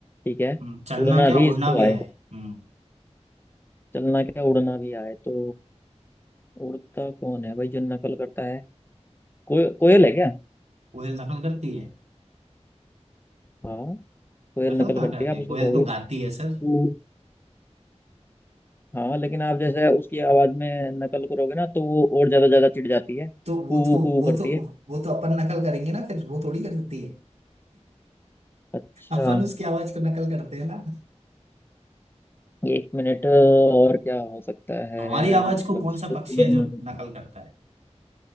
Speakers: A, on the left (about 20°); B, on the right (about 70°).
A: ठीक है
B: हम्म, चलना
A: उड़ना
B: क्या
A: भी
B: उड़ना
A: इसको
B: भी
A: आए
B: आए हम्म
A: चलना क्या उड़ना भी आए तो उड़ता कौन है भाई जो नकल करता है कोय कोयल है क्या
B: कोयल नकल करती है
A: हाँ कोयल
B: नकल
A: नकल
B: कहाँ
A: करती
B: करती
A: है आप
B: है
A: उसको
B: कोयल
A: कहोगे
B: तो गाती है सर
A: कू। हाँ लेकिन आप जैसे उसकी आवाज में नकल करोगे ना तो वो और ज्यादा ज्यादा चिढ़ जाती है कू
B: तो वो तो
A: कू
B: वो
A: करती
B: तो
A: है
B: वो तो अपन नकल करेंगे ना फिर वो थोड़ी कर सकती है
A: अच्छा
B: अपन उसकी आवाज को नकल करते हैं ना
A: एक मिनट और क्या हो सकता है
B: हमारी आवाज
A: मतलब
B: को कौन
A: जिसको
B: सा पक्षी
A: पकड़ना
B: है जो
A: है
B: नकल करता है